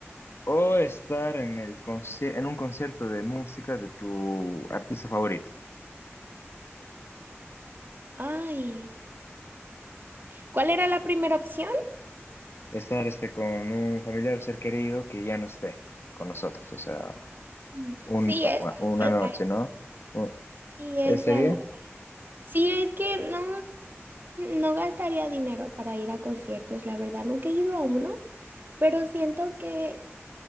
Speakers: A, on the left; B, on the right.
A: o estar en el conci- en un concierto de música de tu artista favorito.
B: Ay, ¿cuál era la primera opción?
A: estar este, con un familiar o ser querido que ya no esté con nosotros, o sea,
B: Mm,
A: un,
B: Sí, esa,
A: una
B: esa,
A: noche, ¿no? O-
B: Y esa
A: ¿Ese día?
B: la- Sí, es que no, no gastaría dinero para ir a conciertos, la verdad. Nunca he ido a uno, pero siento que,